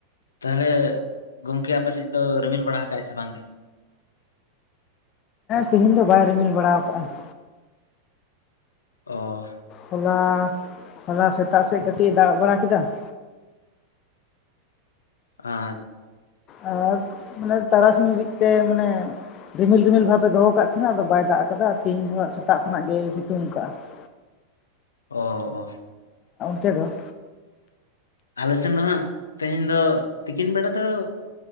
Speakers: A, on the left; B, on the left.
A: ᱛᱟᱦᱞᱮ ᱜᱚᱝᱠᱮ ᱟᱯᱮ ᱥᱮᱫ ᱫᱚ ᱨᱤᱢᱤᱞ ᱵᱟᱲᱟ ᱠᱟᱜᱟᱭ ᱥᱮ ᱵᱟᱝ ᱜᱮ?
B: ᱛᱮᱦᱤᱱ ᱫᱚ ᱵᱟᱭ ᱨᱤᱢᱤᱞ ᱵᱟᱲᱟᱣ ᱠᱟᱜᱼᱟ ᱾
A: ᱚ
B: ᱦᱚᱞᱟ ᱦᱚᱞᱟ ᱥᱮᱛᱟᱜ ᱥᱮᱜ ᱠᱟᱹᱴᱤᱡ ᱮ ᱫᱟᱜ ᱵᱟᱲᱟ ᱠᱮᱫᱟ ᱾
A: ᱟᱪ
B: ᱟᱨ ᱢᱟᱱᱮ ᱛᱟᱨᱟᱥᱤᱧ ᱦᱟᱵᱤᱡ ᱛᱮ ᱢᱟᱱᱮ ᱨᱤᱢᱤᱞ ᱨᱤᱢᱤᱞ ᱵᱷᱟᱵ ᱮ ᱫᱚᱦᱚ ᱠᱟᱫ ᱛᱷᱟᱱᱟ ᱟᱫᱚ ᱵᱟᱭ ᱫᱟᱜ ᱠᱟᱫᱟ ᱛᱮᱦᱤᱧ ᱫᱚ ᱦᱟᱸᱜ ᱥᱮᱛᱟᱜ ᱠᱷᱚᱱᱟᱜ ᱜᱮᱭ ᱥᱤᱛᱩᱝ ᱠᱟᱜᱼᱟ ᱾ <inaudible>
A: ᱚ ᱚ
B: ᱛᱮ ᱫᱚ
A: ᱟᱞᱮ ᱥᱮᱱ ᱫᱚ ᱦᱟᱸᱜ ᱛᱮᱦᱮᱧ ᱫᱚ ᱛᱤᱠᱤᱱ ᱵᱮᱲᱟ ᱫᱚ ᱾